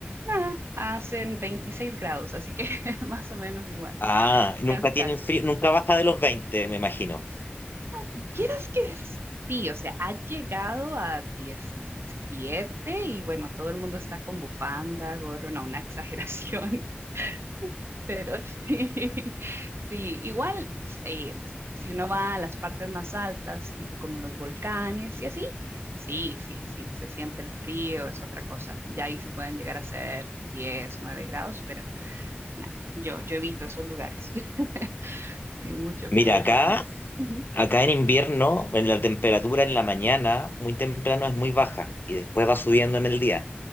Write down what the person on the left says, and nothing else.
Ah, nunca
tienen
frío, nunca baja de los 20, me imagino.
Mira,
acá,
acá en invierno, en la temperatura en la mañana, muy temprano es muy baja y después va subiendo en el día.